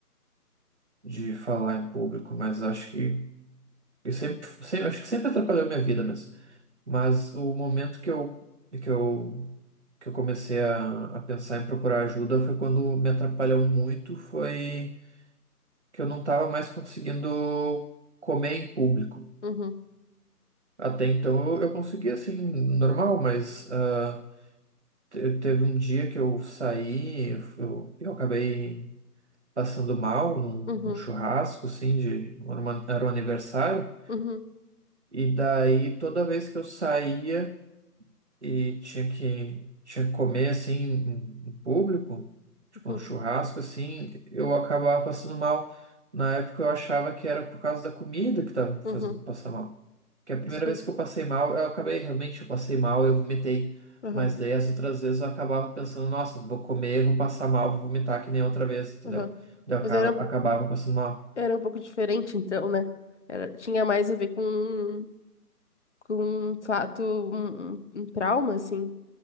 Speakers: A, on the right; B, on the left.
A: de falar em público, mas acho que, que sempre, sempre, acho que sempre atrapalhou minha vida mesmo. Mas o momento que eu, que eu, que eu comecei a, a pensar em procurar ajuda foi quando me atrapalhou muito, foi que eu não estava mais conseguindo comer em público.
B: Uhum,
A: Até então eu, eu conseguia assim, normal, mas ah, te- teve um dia que eu saí, eu, eu eu acabei passando mal num,
B: uhum,
A: num churrasco, assim, de, era uma- era um aniversário,
B: uhum,
A: e daí toda vez que eu saía, e tinha que, tinha que comer assim em, em público, tipo
B: uhum,
A: um churrasco assim, eu acabava passando mal. Na época eu achava que era por causa da comida que estava fazendo
B: uhum,
A: passar mal. Que a primeira
B: sim.
A: vez que eu passei mal, eu acabei realmente, eu passei mal, eu vomitei.
B: Aham,
A: Mas daí as outras vezes eu acabava pensando, nossa, vou comer, vou passar mal, vou vomitar que nem outra vez, entendeu?
B: aham.
A: Daí eu
B: Mas
A: acaba-
B: era, um-
A: acabava passando mal.
B: era um pouco diferente, então, né? Era, tinha mais a ver com, com um fato, um, um- um trauma, assim.